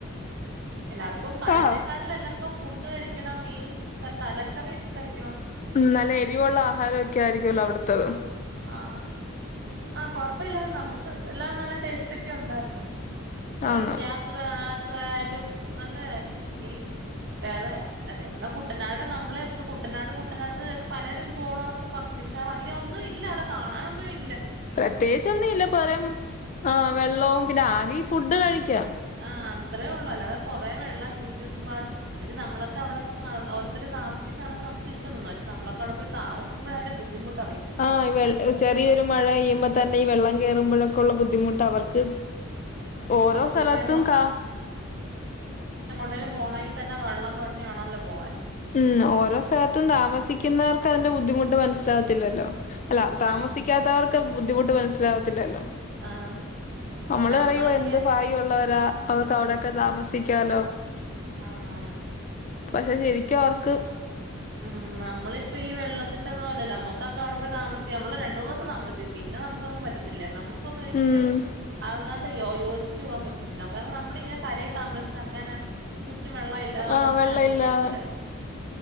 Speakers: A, on the right; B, on the left.
A: എല്ലാർക്കും കള്ളീനേക്കാട്ടിലും
B: ആഹ്
A: എല്ലാർക്കും ഫുഡ് കഴിക്കണം മീൻ തലക്കറി കഴിക്ക
B: ഉം നല്ല എരിവുള്ള ആഹാരൊക്കെ ക്കെയായിരിക്കല്ലോ അവ്ട്ത്തത്
A: ആ ആ കൊഴപ്പില്ലായ്രുന്നു നമുക്ക് എല്ലാം നല്ല ടേസ്റ്റൊക്കെ ഉണ്ടായിരുന്നു എ
B: ആന്ന്
A: യാത്രാ ത്രയായാലും നല്ല യായിരുന്നു ഇനിയും വേറെ അത കുട്ടനാട് നമ്മളെയൊക്കെ കുട്ടനാട് കുട്ടനാട്ന്ന് കേക്ക് പലരും പോണോന്നൊക്കെ <unintelligible> വല്ലയൊന്നും ഇല്ല അവിടെ കാണാനൊന്നു ഇ
B: പ്രത്യേകിച്ച ഒന്നും ഇല്ല കൊറെ ആവെള്ളവും പിന്നെ ആകെ ഫുഡ് കഴിക്കുക
A: ആഹ് അത്രേയള്ളൂ അല്ലാതെ കുറെ വെള്ളം ചുറ്റുപാട് പക്ഷെ നമ്മളൊക്കെ അവിടെ ഓരോത്ത താമസിക്കുന്ന കാണുമ്പോ നമുക്കിഷ്ട തന്ന പക്ഷെ നമ്മളൊക്കെ അടെയി താമസിക്കുമ്പോഴ അതിൻന്റെ ബുദ്ധമുട്ട്
B: ആ ചെറിയൊരു മഴ പെയ്യുമ്പോ തന്നെ ഈ വെള്ളം കേയറമ്പഴും ള്ള ബുദ്ധിമുട്ട്
A: ഉം
B: അവർക്ക് ഓരോ
A: അവർക്കിപ്പ
B: സ്ഥലത്തും
A: എങ്ങോ
B: കാ
A: എവിടേലും പോനേൽത്തന്നെ വള്ളം തുഴഞ്ഞു വേണമല്ലോ പോവാൻ
B: ഉം ഓരോ സ്ഥലത്തും താമസിക്കുന്നവർക്ക് അതിന്റെ ബുദ്ധിമുട്ട് മനസ്സില തില്ലല്ലോ
A: ഉം
B: അല്ല താമസിക്കാത്തവർക്ക്
A: നം
B: ബുദ്ധിമുട്ട് മനസിലവത്തില്ലല്ലോ
A: ആഹ്
B: നമ്മപറയും
A: നമ്മളൊക്കെ
B: എന്തു ഭാഗ്യമുള്ളവര ആ അവർ അവിടൊക്കെ താമസിക്കാലോ
A: ആമാ
B: പക്ഷെ ശരിക്കും അവർക്ക്
A: ഉം നമ്മിളിപ്പോ ഈ വെള്ളത്തിന്റെ ഒന്നുമല്ലോലോ നമക്കെക്കെ അവിടെ പോയി താമസിക്കാം നമ്മള് രണ്ട മൂന്ന് ദിവസ തമാസമിക്കും പിന്നെ നമുക്കങ് പറ്റത്തില്ല നമുക്ക് ഇപ്പോരിക്കലും
B: ഉം
A: അങ്ങാ യോ യോജിച്ചച്ച് പോവാൻ പറ്റത്തില്ല കാരണം നമ്മളിങ്ങനെ കരയിൽ താമസഅങ്ങനെ മറ്റ വെള്ളം ഇല്ലാ നമ്മൾ
B: ആഹ്
A: അങ്ങനൊതാമസിക്കുന്ന
B: വെള്ളം ഇല്ലാതെ
A: ആൾക്കാരല്ലോ